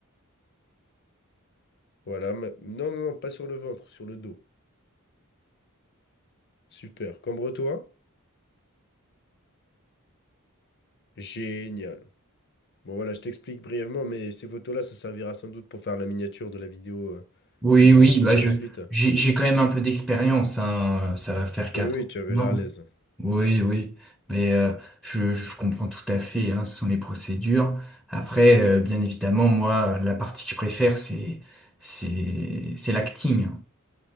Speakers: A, on the left (about 50°); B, in the centre.
A: Voilà. ma- Non, non, non, pas sur le ventre, sur le dos. Super. Cambre-toi. Génial. Bon, voilà, je t'explique brièvement, mais ces photos-là, ça servira sans doute pour faire la miniature de la vidéo euh,
B: Oui,
A: que nous
B: oui,
A: allons tourner
B: bah je
A: ensuite.
B: j'ai j'ai quand même un peu d'expérience, hein, ça va faire quatre
A: Oui, oui,
B: ans.
A: tu avais
B: Non.
A: l'air à l'aise.
B: Oui, oui. Mais euh, je, je comprends tout à fait, hein, ce sont les procédures. Après, euh, bien évidemment, moi, la partie que je préfère, c'est c'est c'est l'acting.